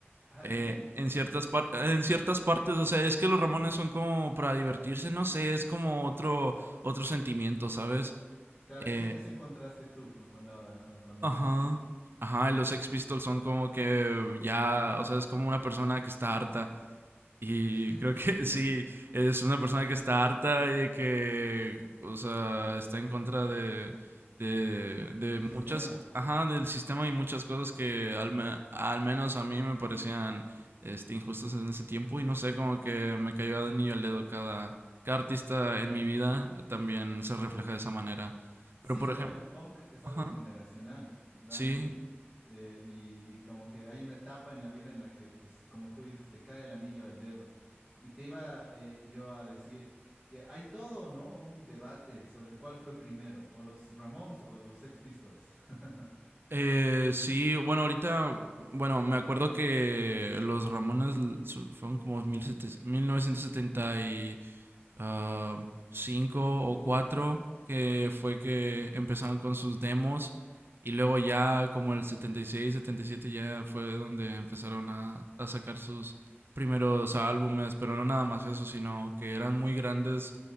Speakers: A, in the centre; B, on the right (about 60°).
A: ¿Ah,
B: Eh,
A: sí?
B: en ciertas par- en ciertas partes, o sea, es que los Ramones son como para divertirse, no sé, es como otro, otro sentimiento, ¿sabes?
A: Claro,
B: Eh,
A: eso, eso encontraste tú con, con la, con, con los
B: ajá.
A: Sex Pistols.
B: Ajá, los Sex Pistols son como que ya, o sea, es como una persona que está harta y
A: <laughs>
B: creo que
A: Sí,
B: <laughs> sí, es una persona que está harta y que, o sea, está en contra de, de, de
A: del sistema.
B: muchas, ajá, del sistema y muchas cosas que al, me- al menos a mí me parecían este, injustas en ese tiempo y no sé, como que me cayó de anillo al dedo cada, cada artista en mi vida también se refleja de esa manera.
A: Sí,
B: Pero por
A: ¿no?
B: ejemplo,
A: El punk es
B: ajá,
A: algo generacional, realmente.
B: sí.
A: Eh, y, y como que hay una etapa en la vida en la que, pues, como tú dices, te cae el anillo al dedo. Y te iba eh, yo a decir que hay todo, ¿no? Un debate sobre cuál fue primero, o los Ramones o los Sex Pistols. <laughs>
B: Eh, sí, bueno, ahorita, bueno, me acuerdo que los Ramones l- su- fueron como mil setecientos mil novecientos setenta y ah, cinco o 4 que fue
A: Ujú.
B: que empezaron con sus demos y luego ya como el setenta setenta y seis, setenta y siete ya fue donde empezaron a, a sacar sus primeros álbumes, pero no nada más eso, sino que eran muy grandes,